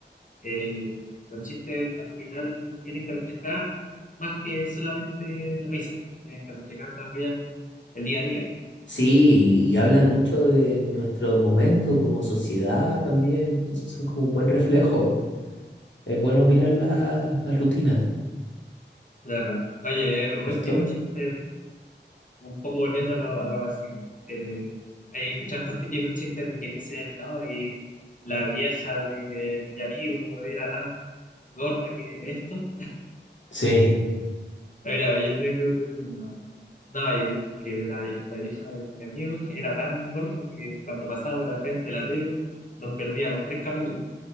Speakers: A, on the left (about 45°); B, on the left (about 75°).
A: Eh, los chistes al final tienen que reflejar más que solamente risas, tienen que reflejar también el día a día.
B: Sí, y hablan mucho de nuestro momento como sociedad también, entonces son como un buen reflejo. Es bueno mirar la, la rutina,
A: Claro. Oye, voy a ver, un
B: ¿cierto?
A: último chiste, un poco volviendo a lo, a lo básico. Eh, hay escuchado estos típicos chistes de que dicen, no, y la vieja de mi amigo era tan gorda que esto.
B: Sí,
A: Mira, yo tengo uno. No, y el, que la, la vieja de mi amigo era tan gorda que cuando pasaba por al frente de la tele nos perdíamos tres capítulos.